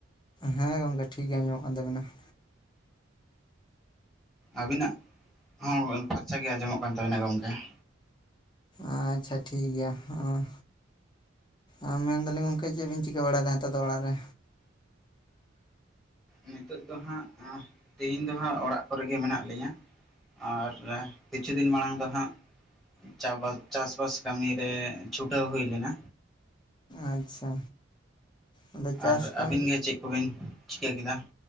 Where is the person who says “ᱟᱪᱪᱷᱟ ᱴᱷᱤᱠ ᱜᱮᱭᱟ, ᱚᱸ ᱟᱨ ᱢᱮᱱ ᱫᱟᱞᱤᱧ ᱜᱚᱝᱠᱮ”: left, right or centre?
Left